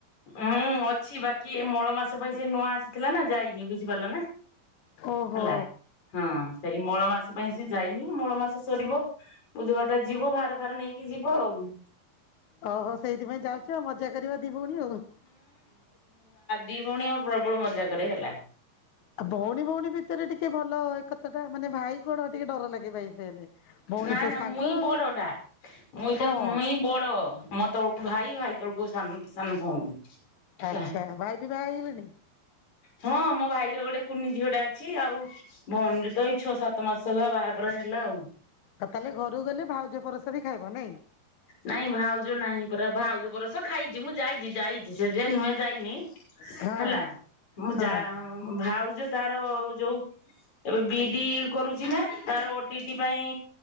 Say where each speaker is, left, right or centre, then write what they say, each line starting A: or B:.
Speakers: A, on the left; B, on the left.
A: ହୁଁ ଅଛି ବାକି ଏ ମଳ ମାସ ପାଇଁ ସେ ନୂଆ ଆସିଥିଲା ନା ଯାଇନି ବୁଝିପାରିଲ ନା?
B: ଓହୋ
A: ହେଲା ହଁ ସେଇ ମଳ ମାସ ପାଇଁ ସେ ଯାଇନି ମଳ ମାସ ସରିବ। ବୁଧବାରଟା ଯିବ ଭାର ଫାର ନେଇକି ଯିବ ଆଉ।
B: ଓହୋ ସେଇଥିପାଇଁ ଯାଉଚୁ ଆଉ ମଜା କରିବ ଦିଇ ଭଉଣୀ ଆଉ।
A: ଦିଇ ଭଉଣୀ ଆଉ ପ୍ରବଳ ମଜାକରେ ହେଲା।
B: ଆଉ ଭଉଣୀ ଭଉଣୀ ଭିତରେ ଟିକେ ଭଲ ଏକତା ଟା ମାନେ ଭାଇ କଣ ଟିକେ ଡର ଲାଗେ ଭାଇ ହେଲେ। ଭଉଣୀ
A: ନାଇ
B: ତ
A: ନା
B: ସାଙ୍ଗ
A: ମୁଇଁ
B: ଆଉ
A: ବଡଟା ମୁଇଁ
B: ହଁ
A: ତ ମୁଇଁ ବଡ ମୋ ତଳକୁ ଭାଇ ଭାଇ ତଳକୁ ସାନ ସାନ ଭଉଣୀ। ହେଲା
B: ଆଛା ଭାଇ ବି ବାହା ହେଇଗଲେଣି?
A: ହଁ ମୋ ଭାଇର ଗୋଟେ କୁନି ଝିଅ ଟା ଅଛି ଆଉ? ଭଉଣୀ ଟେ ତ ଏଇ ଛଅ ସାତ ମାସ ହେଲା ବାହାଘର ହେଲା ଆଉ।
B: ତ ତାହେଲେ ଘକୁ ଗଲେ ଭାଉଜ ପରସା ବି ଖାଇବ ନାଇଁ?
A: ନାଇଁ ଭାଉଜ ନାହିଁ ପୁରା ଭାଉଜ ପରସ ଖାଇଛି ମୁଁ ଯାଇଛି ଯାଇଛି ସେ ଯେ ନୁହେ ଯାଇନି
B: ହଁ।
A: ହେଲା ମୁଁ
B: ହଁ
A: ଯା ଭାଉଜ ତାର ଯୋଉ ଏବେ ବି ଡ଼ି କରୁଚି ନା ତାର ଓ ଟି ଡି ପାଇଁ